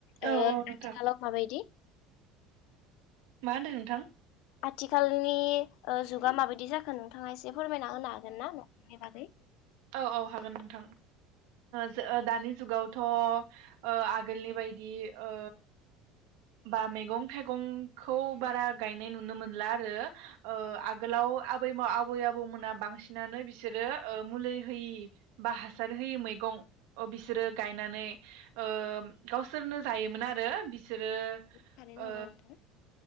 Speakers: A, on the left (about 70°); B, on the right (about 75°).
A: ओ
B: औ औ नोंथां
A: आथिखालाव माबायदि
B: मा होनदों नोंथां?
A: आथिखालनि ओ जुगा माबायदि जाखो नोंथाङा एसे फोरमायना होनो हागोन ना न'खरनि बागै
B: औ औ हागोन नोंथां ओ दानि जुगावथ' ओ आगोलनि बायदि ओ बा मैगं थाइगंखौ बारा गायनाय नुनो मोनला आरो ओ आगोलाव आबै आबै आबौमोना बांसिनानो बिसोरो ओ मुलि होयि बा हासार होयि मैगं ओ बिसोरो गायनानै ओ गावसोरनो जायोमोन आरो बिसोरो
A: थारैनो
B: ओ
A: नंगौ नोंथां